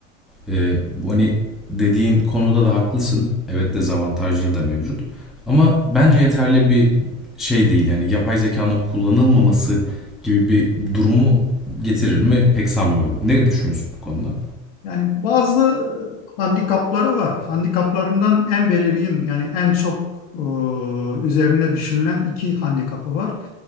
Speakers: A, in the centre; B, on the left (about 65°).
A: E, bu hani dediğin konuda da haklısın. Evet dezavantajları da mevcut. Ama bence yeterli bir şey değil. Yani yapay zekanın kullanılmaması gibi bir durumu getirir mi pek sanmıyorum. Ne düşünüyorsun bu konuda?
B: Yani bazı e, handikapları var. Handikaplarından en belirgin yani en çok e, üzerine düşünülen iki handikapı var.